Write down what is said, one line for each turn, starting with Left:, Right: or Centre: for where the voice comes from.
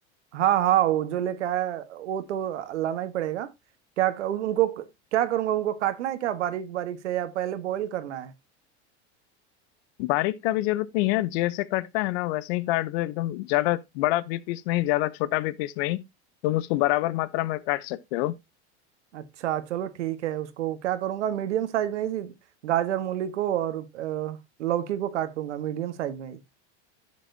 Right: हाँ हाँ वो जो लेके आया वो तो लाना ही पड़ेगा क्या क- उनको क्या करूंगा उनको काटना है क्या बारीक बारीक से या पहले बॉईल करना है
Left: बारीक का भी जरूरत नहीं है जैसे कटता है ना वैसे ही काट दो एकदम ज्यादा बड़ा भी पीस नहीं ज्यादा छोटा भी पीस नहीं तुम उसको बराबर मात्रा में काट सकते हो
Right: अच्छा चलो ठीक है उसको क्या करूंगा मीडियम साइज में ही गाजर मूली को और अ, लौकी को काट लूंगा मीडियम साइज में ही